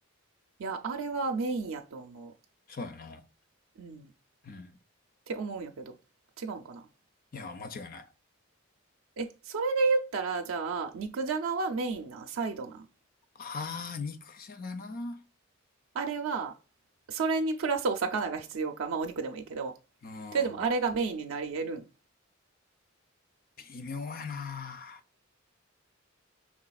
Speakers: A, on the right; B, on the left.
A: いや、あれはメインやと思
B: そうやな。
A: う。うん。っ
B: うん。
A: て思うんやけど。違うんかな。
B: いや、間違いない。
A: え、それで言ったら、じゃあ、肉じゃがはメインなんサイドなん
B: あー、肉じゃがな。
A: あれは、それにプラスお魚が必要か。まあお肉でもいいけど。
B: うん。
A: というでもあれがメインになり得るん
B: 微妙やな。